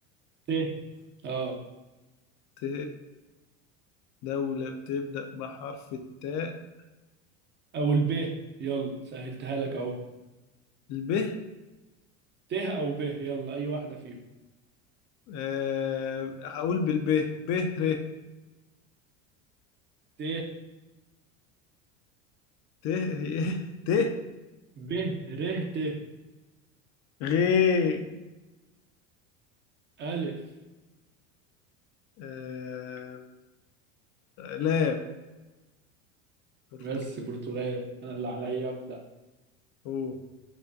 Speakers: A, on the right; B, on the left.
A: ت اه
B: ت دولة بتبدأ بحرف التاء
A: او الب يلا سهلتها لك اهو
B: الب
A: ت او ب يلا اي واحدة فيهم
B: أه هقول بالب ب ر
A: ت
B: ت <laughs> ت
A: ب ب ر ت
B: غ
A: ألف
B: أه لام برتقال
A: بس برتغال انا اللي عليا ابدأ
B: اوه